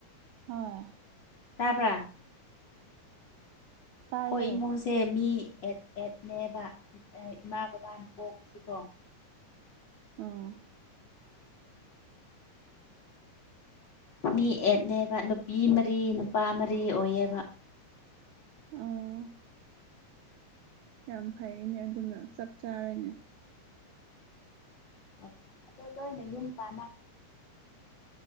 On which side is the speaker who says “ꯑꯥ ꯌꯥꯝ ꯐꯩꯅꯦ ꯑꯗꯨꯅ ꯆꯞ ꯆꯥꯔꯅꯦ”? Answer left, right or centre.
Right